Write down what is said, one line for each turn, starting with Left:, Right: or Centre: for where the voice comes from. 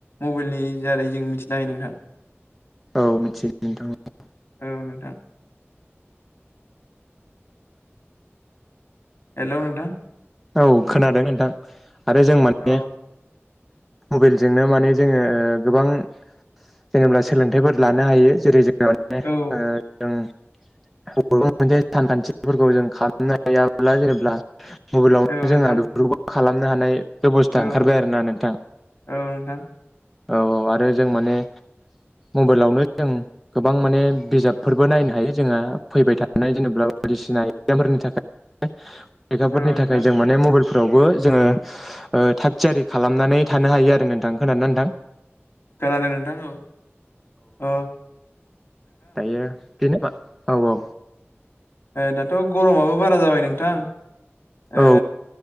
Left: मबाइलनि दारै जों मिथिनो हायो नोंथां।
Centre: औ मिथियो नोंथां।
Left: औ नोंथां। हेलौ नोंथां।
Centre: औ खोनादों नोंथां आरो जों माने
Left: औ
Centre: मबाइलजोंनो माने जोङो गोबां जेनेब्ला सोलोंथाइफोर लानो हायो जेरै जों ओ
Left: औ
Centre: जों बबेबा मोनसे सानखान्थिफोरखौ जों खालामनो हायाब्ला जेनेब्ला मबाइलावनो
Left: औ
Centre: जोंहा
Left: नोंथां
Centre: बेफोरखौबो खालामनो हानाय बेब'स्था
Left: औ
Centre: ओंखारबाय आरोना नोंथां
Left: औ नोंथां
Centre: औ औ आरो जों माने
Left: <inaudible>
Centre: मबाइलावनो जों गोबां माने बिजाबफोरबो नायनो हायो जोंहा फैबाय थानाय जेनेबा बायदिसि सिना एकजाम फोरनि थाखाय फरिखाफोरनि
Left: औ नोंथां
Centre: थाखाय जों माने मबाइल फोरावबो जोङो ओ थाग-थियारि खालामनानै थानो हायो आरो नोंथां खोनानो नोंथां?
Left: खोनादों नोंथां औ औ।
Centre: दायो बिदिनो औ औ।
Left: दाथ' गरमाबो बारा जाबाय नों
Centre: औ